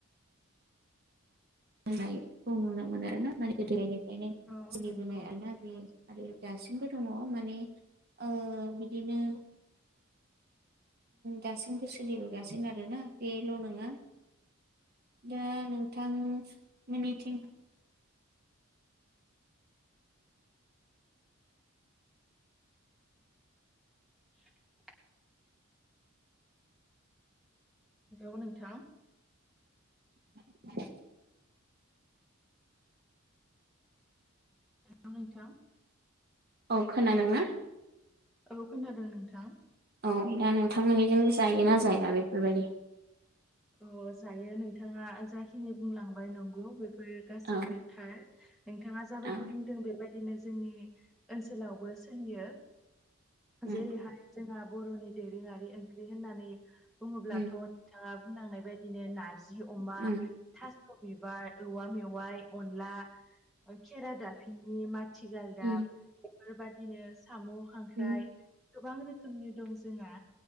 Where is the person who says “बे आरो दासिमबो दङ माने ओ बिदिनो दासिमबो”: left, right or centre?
Right